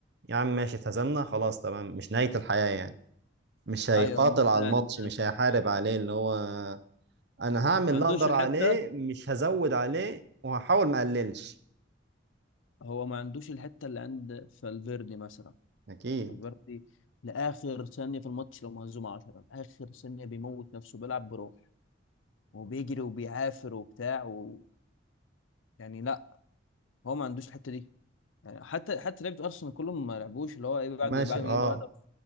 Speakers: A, on the right; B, on the left.
A: يا عم ماشي اتهزمنا خلاص تمام مش نهايه الحياه يعني مش هيقاتل
B: ايوه متسالم
A: على الماتش
B: كده
A: مش
B: في
A: هيحارب
B: نفسه
A: عليه اللي هو انا هعمل
B: ما
A: اللي
B: عندوش
A: اقدر
B: الحته
A: عليه مش هزود عليه وهحاول ما اقللش
B: هو ما عندوش الحته اللي عند فالفيردي مثلا
A: اكيد
B: فالفيردي لاخر ثانيه في الماتش لو مهزوم 10 اخر ثانيه بيموت نفسه بيلعب بروح وبيجري وبيعافر وبتاع و... يعني لا هو ما عندوش الحته دي يعني حتى حتى لعيبه ارسنال كلهم ما لعبوش اللي هو ايه بعد
A: ماشي
B: بعد
A: اه
B: ما يجيبوا الهدف